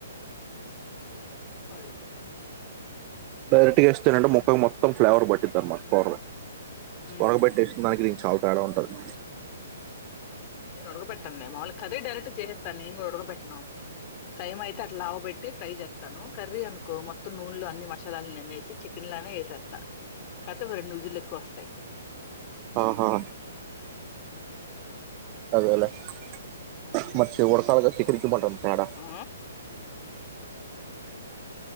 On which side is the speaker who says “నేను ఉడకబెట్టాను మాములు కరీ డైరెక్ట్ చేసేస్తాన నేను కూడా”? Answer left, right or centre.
Left